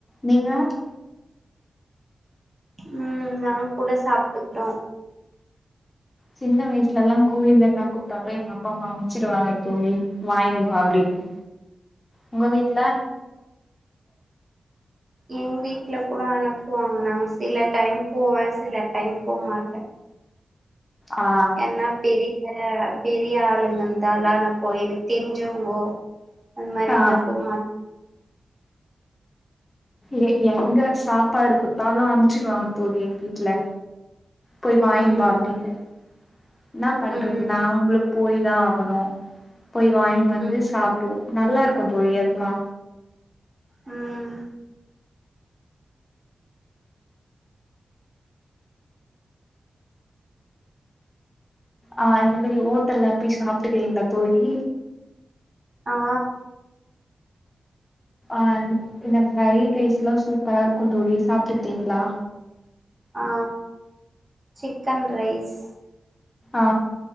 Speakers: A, on the left (about 20°); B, on the right (about 30°).
A: நீங்க <unintelligible>
B: ம் நா கூட சாப்ட்டுக்றோ
A: சின்ன வய்சுலலா கோவில்ல என்னா குட்த்தாலு எங்க அப்பாம்மா அம்ச்சுருவாங்க தோழி வாங்கினுவா அப்டின்னு உங்க வீட்ல
B: எங் வீட்ல கூட அனுப்புவாங்க நாங்க சில டைம் போவே சில டைம் போ மாட்டே
A: ஆ
B: என்ன பெரி அ பெரிய ஆளுங்க இருந்தாலா நா போய் எனக்கு தெரிஞ்சவ்ங்கோ அந் மாரி
A: ஆ
B: இருந்தா போகமாட்
A: ஏ எங்க சாப்பாடு குட்த்தாலு அம்ச்சுருவாங்க தோழி எங் வீட்ல போய் வாய்ம்பா
B: ம்
A: அப்டினு இன்னா பண்றது
B: ம்
A: நாங்களு போய் தா ஆகணு போய் வாங்கின் வந்து
B: ம்
A: சாப்டுவோ நல்லா இருக்கு தோழி அதுக்குலா
B: ம்
A: ஆ இந்த மாரி ஓட்டல்ல போய் சாப்ட்டுக்கிறீங்ளா தோழி
B: ஆ
A: ஆன் இந்த ஃப்ரைட் ரைஸ்லா சூப்பரா இருக்கு தோழி சாப்ட்டுகிறீங்ளா
B: ஆ சிக்கன் ரைஸ்
A: ஆ